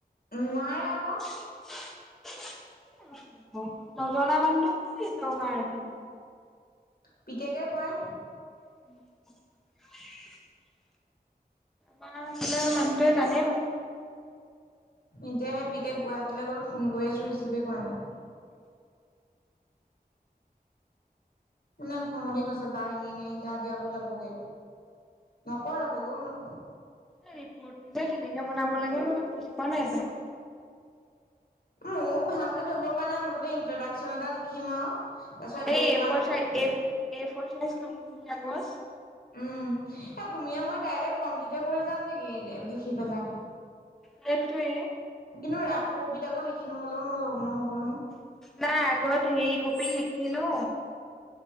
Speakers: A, on the left; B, in the centre.
A: নোৱাৰে আও।
B: <unintelligible> নজনা মানুহটোক কি দৰকাৰ ৰাখিম।
A: পিতেকে কয়।
B: <unintelligible> তোমাৰে মানুহটোৱে জানে বাও।
A: এতিয়া সেই পিতেক গুৱাহাটীলৈ গ'ল, ফোন কৰি আছো ৰিচিভে কৰা নাই। মোৰ খং উঠি গৈছে, বাই এনেই আহিলে আজি আকৌ যাবগে নকৰে হলো।
B: এই ৰিপুৰটো যে কেনেকে বনাব লাগে মই বুজি পোৱা নাই হপাই।
A: মোৰ ভালকে ধৰিব পৰা নাই মুঠতে ইন্ট্ৰডাকচন এটা লিখিম আও। তাৰপিছত
B: এই
A: ডে
B: এ
A: ওৱান
B: ফ
A: বুলি
B: চাই এ ফৰ চাইজৰ লম কাগজ।
A: উম, এ তুমিয়ে মই ডাইৰেক্ট কমপ্লিতে কৰি যাম নেকি লিখি পেলাই।
B: সেইটোৱে।
A: কিন্তু ৰাস কবিতাকো লিখি নললেও ন নহ'ব ন।
B: নাই আগৰত হেৰি কপিত লিখিলো।